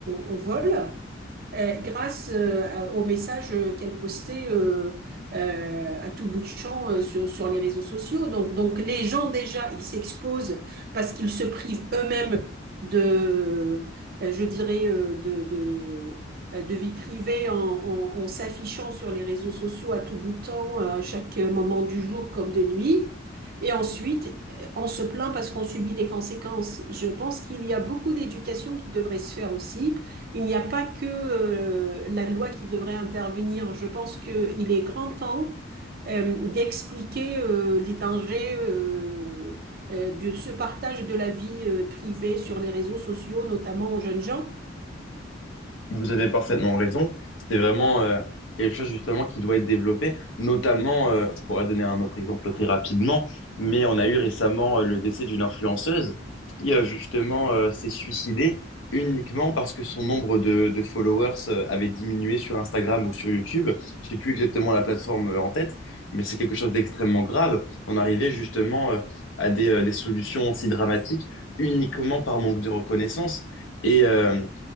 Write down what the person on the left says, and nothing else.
Vous avez parfaitement raison. C'est vraiment euh, quelque chose justement qui doit être développé. Notamment, euh, je pourrais donner un autre exemple très rapidement, mais on a eu récemment euh, le décès d'une influenceuse qui euh, justement euh, s'est suicidée uniquement parce que son nombre de, de followers euh, avait diminué sur Instagram ou sur YouTube. Je sais plus exactement la plateforme euh, en tête, mais c'est quelque chose d'extrêmement grave. On arrivait justement euh, à des, euh, des solutions si dramatiques uniquement par manque de reconnaissance. Et, euh,